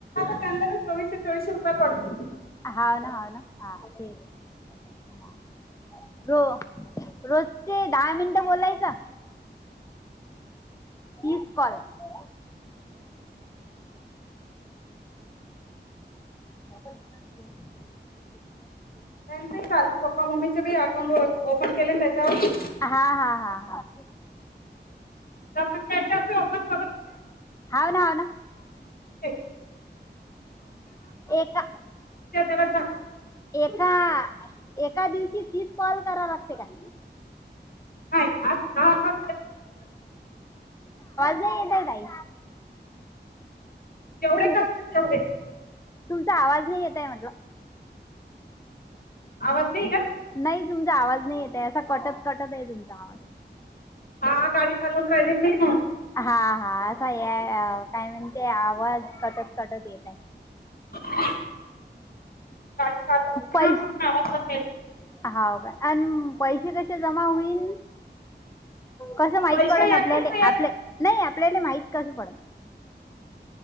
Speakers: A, on the left; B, on the left.
A: त्यांना चोवीसशे चोवीसशे रुपये पडत.
B: हाव ना हा ना हा ते ना. रो रोजचे दहा मिनिट बोलायच. तीच क <unintelligible> म आपण छान <unintelligible>
A: त्यां लचे पप्पा मम्मीचे बी अकाउंट ओपन केले त्याच्यावर.
B: हा हा हा हा.
A: आपण <unintelligible>
B: होव ना ह ना.
A: ते.
B: एका
A: त्याला कर
B: एका. एका दिवशी तीस कॉल करा लागते का.
A: आजहा.
B: अ ताई
A: जेवढे
B: तुमच
A: करतील तेवढे.
B: तुमचा आवाज नाही येतय म्हटलं.
A: आवाज नाही का
B: नाही तुमचा आवाज नाही येते असा कटत कटत आहे तुमचा आवाज.
A: हा गाडी चालूण राहिली म्हणून.
B: हा हा असा आहे काय म्हणते आवाज कटत कटत येत आहे.
A: ह. काय चालय,
B: पैश
A: तुमचा आवाज -
B: हाव का अण पैसे कसे जमा होईन. कसं माहित
A: पैसे
B: पडन आपल्याले
A: एकच येत
B: आपल्या नाही आपल्याले माहित कसं पडण.